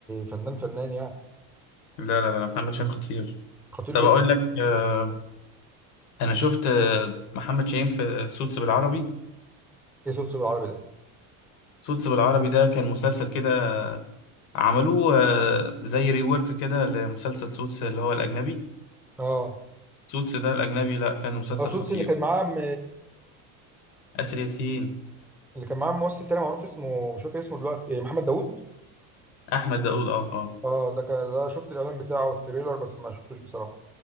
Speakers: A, in the centre; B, on the left.
A: فنان فنان يعني
B: لا لا لا محمد شاهين خطير
A: خطير
B: طب
A: جدا
B: اقول لك آه انا شفت آه محمد شاهين في سوتس بالعربي
A: ايه صوت العربي ده
B: سوتس بالعربي ده كان مسلسل كده عملوه آه، زي ريورك كده لمسلسل سوتس اللي هو الأجنبي
A: اه
B: سوتس ده الأجنبي لا كان مسلسل
A: آه، سوتس
B: خطير
A: اللي كان معاه م...
B: آسر ياسين
A: اللي كان معاه ممثل تاني معروف اسمه مش فاكر اسمه دلوقتي إيه محمد داوود
B: أحمد داوود أه أه
A: اه ده كان ده شفت الاعلان بتاعه والتريلر بس ما شفتوش بصراحه